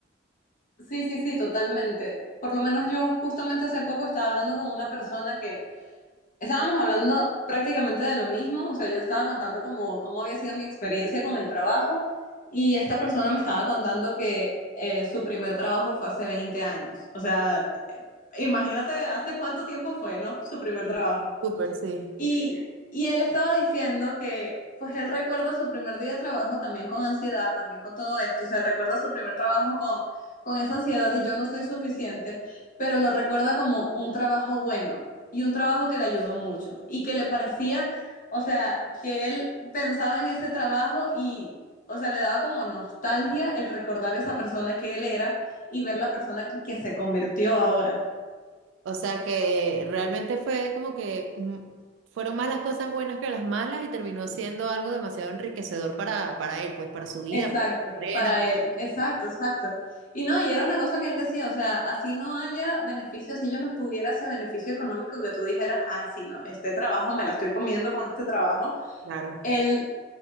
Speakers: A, on the left (about 45°); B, on the right (about 80°).
A: sí, sí, sí, totalmente. Por lo menos yo justamente hace poco estaba hablando con una persona que Estábamos hablando prácticamente de lo mismo, o sea, yo estaba contando como cómo había sido mi experiencia con el trabajo y esta persona me estaba contando que eh, su primer trabajo fue hace 20 años. O sea, imagínate hace cuánto tiempo fue, ¿no? Su primer
B: Sí,
A: trabajo.
B: Súper, sí.
A: Y, y él estaba diciendo que, pues él recuerda su primer día de trabajo también con ansiedad, también con todo esto. O sea, recuerda su primer trabajo con, con esa ansiedad y yo no soy suficiente, pero lo recuerda como un trabajo bueno y un trabajo que le ayudó mucho y que le parecía, o sea, que él pensaba en ese trabajo y, o sea, le daba como nostalgia el recordar esa persona que él era y ver la persona que se convirtió ahora.
B: O sea que realmente fue como que mm, fueron más las cosas buenas que las malas y terminó siendo algo demasiado enriquecedor para, para él, pues para su vida,
A: Exacto,
B: para su carrera.
A: para él, exacto, exacto. Y no, y era una cosa que él decía, o sea, así no haya beneficio, así yo no tuviera ese beneficio económico que tú dijeras, ay, sí, no, este trabajo me la estoy comiendo con este trabajo.
B: Claro.
A: Él